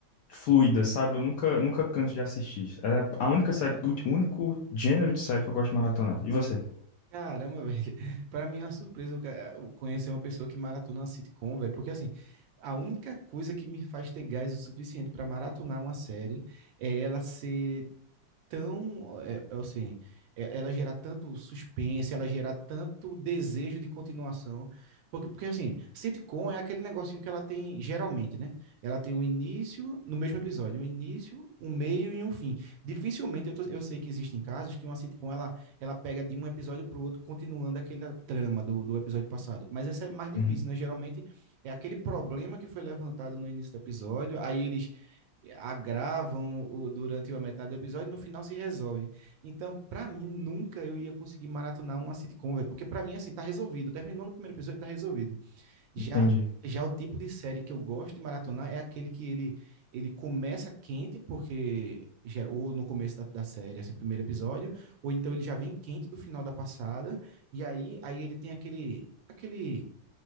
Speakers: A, on the left; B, on the right.
A: fluida, sabe? Eu nunca, nunca canso de assistir. É a única série, o único gênero de série que eu gosto de maratonar. E você?
B: Caramba, velho. <laughs> Pra mim é uma surpresa o ca- eh, o conhecer uma pessoa que maratona uma sitcom, velho. Porque assim, a única coisa que me faz ter gás o suficiente pra maratonar uma série é ela ser tão, é, é assim, é- ela gerar tanto suspense, ela gerar tanto desejo de continuação, porque, porque assim, sitcom é aquele negocinho que ela tem, geralmente, né? Ela tem um início, no mesmo episódio, um início, um meio e um fim. Dificilmente, eu, tô- eu sei que existem casos que uma sitcom, ela, ela pega de um episódio pro outro, continuando aquela trama do, do episódio passado, mas essa é mais difícil,
A: Uhum,
B: né? Geralmente, é aquele problema que foi levantado no início do episódio, aí eles agravam o, durante a metade do episódio e no final se resolve. Então, para mim, nunca eu ia conseguir maratonar uma sitcom, véio, porque para mim, assim, tá resolvido. Terminou no primeiro episódio, tá resolvido. Já
A: entendi.
B: já o tipo de série que eu gosto de maratonar é aquele que ele, ele começa quente, porque já, ou no começo da, da, série, assim, primeiro episódio, ou então ele já vem quente do final da passada, e aí, aí ele tem aquele, aquele